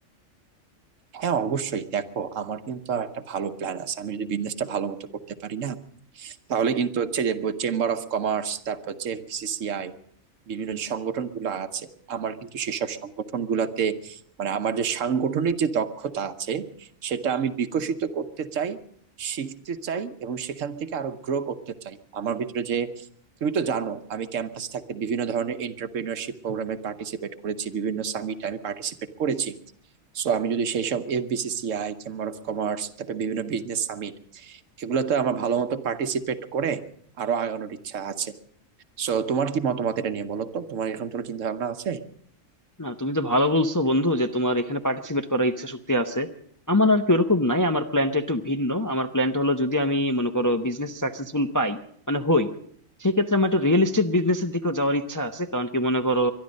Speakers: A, on the right; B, on the left.
A: হ্যাঁ অবশ্যই দেখো আমার কিন্তু আর একটা ভালো প্ল্যান আছে আমি যদি বিজনেসটা ভালো মতো করতে পারি না তাহলে কিন্তু হচ্ছে যে চেম্বার অফ কমার্স তারপর হচ্ছে এফবিসিসিআই বিভিন্ন যে সংগঠন গুলো আছে আমার কিন্তু সেসব সংগঠন গুলাতে মানে আমার যে সাংগঠনিক যে দক্ষতা আছে সেটা আমি বিকশিত করতে চাই শিখতে চাই এবং সেখান থেকে আরো গ্রো করতে চাই আমার ভিতরে যে তুমি তো জানো আমি ক্যাম্পাসে থাকতে বিভিন্ন ধরনের এন্টারপ্রেনিয়রশিপ প্রোগ্রামে পার্টিসিপেট করেছি বিভিন্ন সামিটে আমি পার্টিসিপেট করেছি সো আমি যদি সেই সব এফবিসিসিআই চেম্বার অফ কমার্স তারপরে বিভিন্ন বিজনেস সামিট এগুলাতে আমার ভালো মতো পার্টিসিপেট করে আরো আগানোর ইচ্ছা আছে সো তোমার কি মতামত এটা নিয়ে বলো তো তোমার এরকম কোনো চিন্তা ভাবনা আছে
B: না তুমি তো ভালো বলছো বন্ধু যে তোমার এখানে পার্টিসিপেট করার ইচ্ছা শক্তি আছে আমার আর কি ওরকম নাই আমার প্ল্যানটা একটু ভিন্ন আমার প্ল্যানটা হলো যদি আমি মনে করো বিজনেস সাকসেসফুল পাই মানে হই সেক্ষেত্রে আমার একটু রিয়েল এস্টেট বিজনেসের দিকেও যাওয়ার ইচ্ছা আছে কারণ কি মনে করো